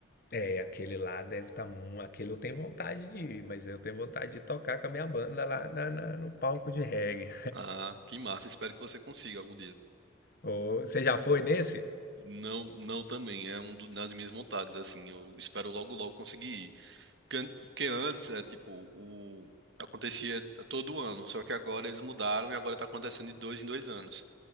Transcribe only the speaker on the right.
Ah, que massa. Espero que você consiga algum dia.
Não, não também. É um do- das minhas vontades, assim. Eu espero logo, logo conseguir ir. Porque, an- porque antes, é tipo, o... acontecia todo ano. Só que agora eles mudaram e agora tá acontecendo de dois em dois anos.